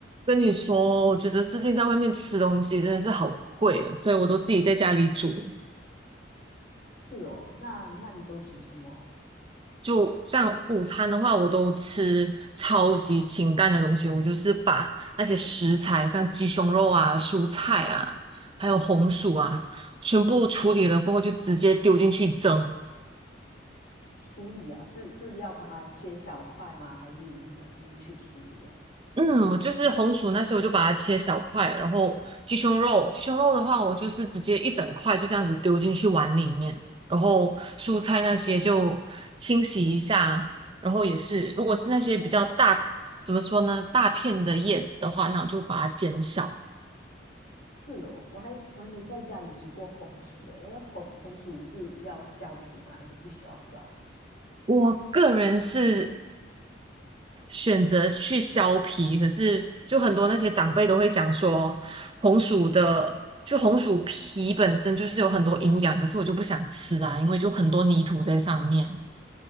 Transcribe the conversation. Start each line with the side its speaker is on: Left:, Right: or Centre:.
Right: 跟你说，我觉得最近在外面吃东西真的是好贵了，所以我都自己在家里煮
Left: 是哦，那那你都煮什么
Right: 就像午餐的话，我都吃超级清淡的东西，我就是把那些食材，像鸡胸肉啊、蔬菜啊，还有红薯啊，全部处理了过后就直接丢进去蒸，
Left: 处理啊？是是要把它切小块吗？还是怎么怎么去处理啊？
Right: 嗯，我就是红薯那些，我就把它切小块，然后鸡胸肉，鸡胸肉的话，我就是直接一整块就这样子丢进去碗里面，然后蔬菜那些就清洗一下，然后也是，如果是那些比较大，怎么说呢，大片的叶子的话，那我就把它减少。
Left: 是哦，我还我还没在家里煮过红薯诶，那红红薯是要削皮吗？还是不需要削？
Right: 我个人是选择去削皮，可是就很多那些长辈都会讲说，红薯的就红薯皮本身就是有很多营养，可是我就不想吃啊，因为就很多泥土在上面。